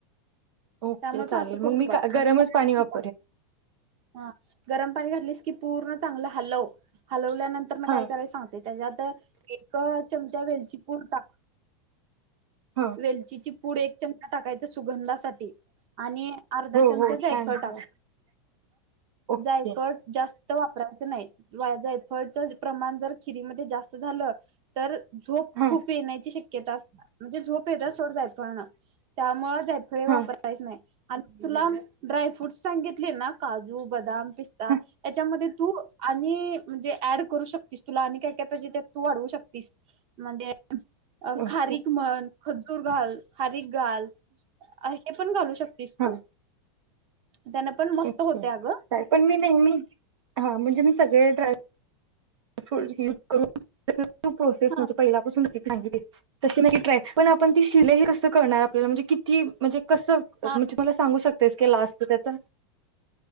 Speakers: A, on the right; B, on the right.
A: ओके
B: त्यामुळे
A: चालेल
B: तू असं करून
A: मग मी
B: बघ
A: का गरमच
B: आणि मग
A: पाणी वापर
B: हा गरम पाणी घातलेस की पूर्ण चांगलं हलव हलव त्याच्यानंतर न
A: हां
B: काय करायच सांगते त्याज्यात चमचा वेलचीपूर टाक
A: हां
B: वेलचीची. पुढ एक चमचा टाकायचा. सुगंधासाठी आणि अर्धा
A: हो
B: चमचा
A: हो
B: जायफळ
A: छान
B: टाक.
A: हो, ओके
B: जायफड जास्त. वापरायचं नाही. वा जायफळच प्रमाण जर खिरीमध्ये जास्त झालं तर झोप
A: हां
B: खूप येण्याची शक्यता असत म्हणजे झोप प ोड जायळ ना त्यामुळे जायफळे वापरायच
A: हां
B: नाही. आणि तुला ड्राय फ्रूटस. सांगितले ना काजू, बदाम. पिस्ता
A: हां
B: त्याच्यामध्ये तू आणि म्हणजे ऍड करू शकतीस तुला आणि काय काय पाहिजे ते तू वाढवू शकतीस म्हणजे अ
A: ओके
B: खारीिक म्हण. खजूर घाल. खारीक. घल. अ पण घालू शकता. तीस
A: हां
B: तू. त्यान पण मस्त
A: ओके
B: होते
A: काय
B: अगं
A: पण मी नेहमी हा म्हणजे मी सगळे ह. फ्रुट युज करून. ू प्रोसेस
B: हा
A: म्हणजे पहिलापासून. सांगित तशी मी ट्राय, पण आपण ती शिले हे कसं करणार आपल्याला? म्हणजे किती? म्हणजे कसं?
B: हा
A: म्हणजे मला सांगू शक तेच का लास् त्याच.